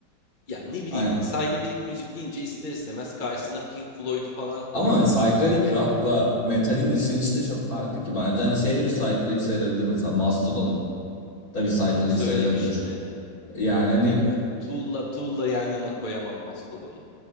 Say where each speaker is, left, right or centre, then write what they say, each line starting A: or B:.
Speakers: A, on the left (about 30°); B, on the left (about 55°).
A: yani ne bileyim
B: <laughs> Hani,
A: hani psikodelik müzik deyince ister istemez karşısına Pink Floyd'u falan koyuyorum.
B: ama psikodelik
A: Ve
B: rock'la metalin işlenişi de çok farklı ki bence hani şey de bir psikodelik sayılabilir mesela Mastodon da bir psikodelik
A: hı, söylemiştin
B: sayılabilir.
A: evet.
B: Yani hani
A: Bilmiyorum. Tool'la Tool'la yan yana koyamam Mastodon'u.